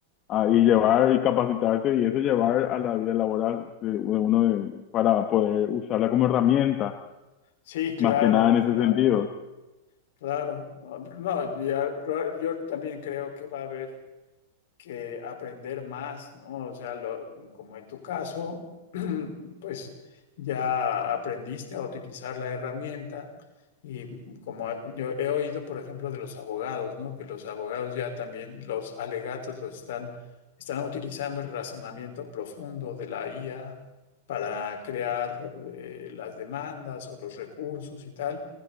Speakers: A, on the left (about 40°); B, on the left (about 65°).
A: ah, y llevar y capacitarse y eso llevar a la vida laboral de, de uno de- para poder usarla como herramienta,
B: sí, claro,
A: más que nada en ese
B: claro.
A: sentido.
B: Claro, no, no, ya- yo también creo que va a haber que aprender más, ¿no? O sea, lo- como en tu caso, <clears throat> pues ya aprendiste a utilizar la herramienta y como yo he oído, por ejemplo, de los abogados, ¿no? Que los abogados ya también los alegatos los están, están utilizando el razonamiento profundo de la IA para crear eh, las demandas o los recursos y tal,